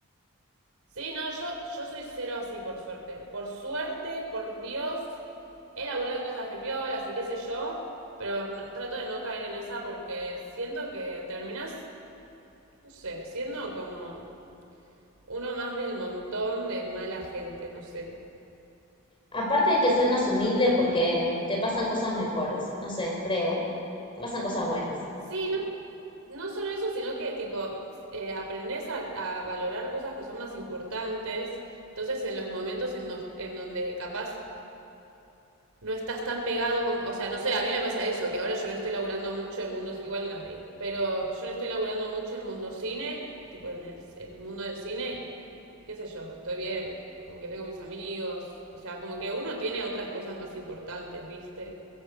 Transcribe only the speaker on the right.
Sí, no, yo, yo soy cero así, por suerte. Por suerte, por Dios, he laburado en cosas repiolas y qué sé yo, pero no- trato de no caer en esa porque siento que terminas, no sé, siendo como uno más del montón de mala gente, no sé.
No sé.
Sí, no, no solo eso, sino que tipo, eh, aprendes a, a valorar cosas que son más importantes. Entonces, en los momentos en, los- en donde capaz no estás tan pegado, con- o sea, no sé, a mí me pasa eso, que ahora yo no estoy laburando mucho en mundos, igual nadie, pero yo no estoy laburando mucho en mundo cine, tipo en el, en el mundo del cine, y qué sé yo, estoy bien, como que tengo mis amigos, o sea, como que uno tiene otras cosas más importantes, ¿viste?